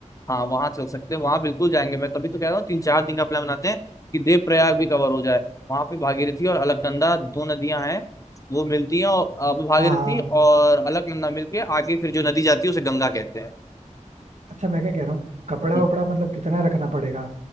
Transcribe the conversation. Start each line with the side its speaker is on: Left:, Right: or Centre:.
Left: हाँ वहां चल सकते हैं वहां बिल्कुल जाएंगे मैं तभी तो कह रहा हूँ तीन चार दिन का प्लान बनाते हैं कि देव प्रयाग भी कवर हो जाए वहां पे भागीरथी और अलकनंदा दो नदियां हैं वो मिलती हैं और अब भागीरथी
Right: हाँ हाँ
Left: और अलकनंदा मिलके आगे फिर जो नदी जाती है उसे गंगा कहते हैं
Right: अच्छा मैं क्या कह रहा हूँ कपड़ा
Left: हम्म।
Right: वपड़ा मतलब कितना रखना पड़ेगा